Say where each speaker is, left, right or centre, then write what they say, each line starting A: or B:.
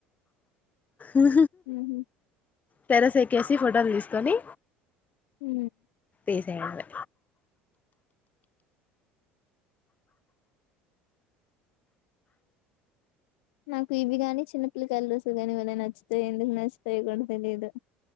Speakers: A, on the left; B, on the left.
A: ఉ
B: ఉహు
A: తర స ఎకిసి ఫోట ఆర్డర్ తీసుకని
B: హ
A: తీసైంది
B: నాకు ఇవి గాని చిన్నపిల్లకాయల రోజులు గానీ ఇవన్న నచ్చుతాయి ఎందుకు నచ్చుతాయ కూడా తెలియదు